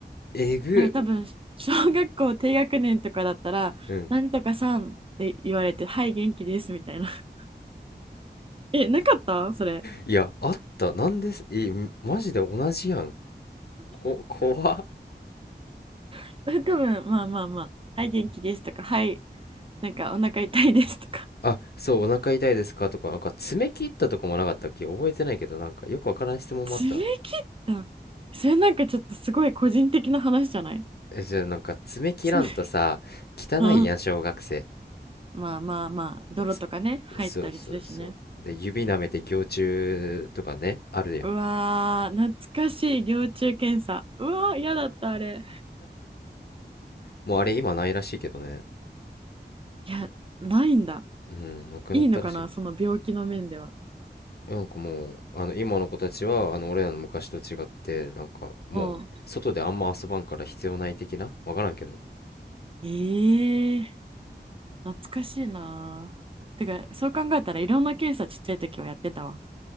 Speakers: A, on the left; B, on the right.
A: えぐ。
B: なんか多分、小学校低学年とかだったら、
A: うん。
B: なんとかさんって言われて、はい、元気ですみたいな <laughs>。え、なかったそれ。
A: いや、あった。なんです、え、マジで同じやん。こ、怖っ。
B: <laughs> 多分、まあまあまあ、はい、元気ですとか、はい、なんかお腹痛いですとか
A: あ、そう、お腹痛いですかとか、なんか爪切ったとかもなかったっけ覚えてないけど、なんかよくわからん質問もあった。
B: 爪切ったそれなんかちょっとすごい個人的な話じゃない
A: え、じゃあなんか爪切らんとさ、
B: 爪 <laughs>、
A: 汚いやん、
B: うん、
A: 小学生。
B: まあまあまあ泥とかね入ったりするしね
A: そ、そうそうそう。で、指舐めて蟯虫とかね、あるやん。
B: うわー懐かしい蟯虫検査うわー嫌だったあれ
A: もうあれ今ないらしいけどね。
B: いやないんだ
A: うんなくなったらしい
B: いいのかなその病気の面では
A: なんかもうあの今の子たちはあの俺らの昔と違ってなんかもう外であんま遊ばんから必要ない的なわからんけど
B: うんえー、懐かしいなてかそう考えたらいろんな検査ちっちゃい時はやってたわ